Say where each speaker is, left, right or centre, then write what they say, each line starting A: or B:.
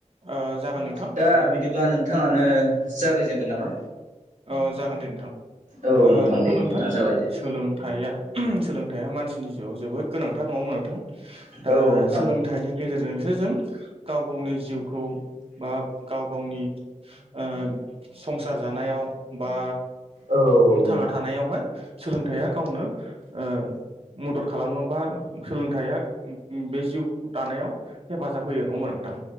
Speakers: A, on the right; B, on the right.
A: ओ जागोन नोंथां
B: दा
A: थारैनो
B: बिदिब्ला नोंथाङानो जागायजेनदो नामा
A: ओ जागोन दे नोंथां
B: औ
A: ओ नोंगौ
B: दे
A: नोंथां
B: नोंथाङा जागायदो
A: सोलोंथाइया सोलोंथाइया मानसिनि जिउआव जोबोद गोनांथार नङा होमबा नोथां दा
B: औ नोंथां
A: सोलोंथाइनि गेजेरजोंसो जों गाव गावनि जिउखौ बा गाव गावनि ओ संसार जानायाव बा
B: औ
A: थांना
B: नोंथां
A: थानायावहाय सोलोंथाइया गावनो ओ मदद खालामो बा सोलोंथाइया बे जिउ दानायाव हेफाजाब होयो नङा होमबा नोंथां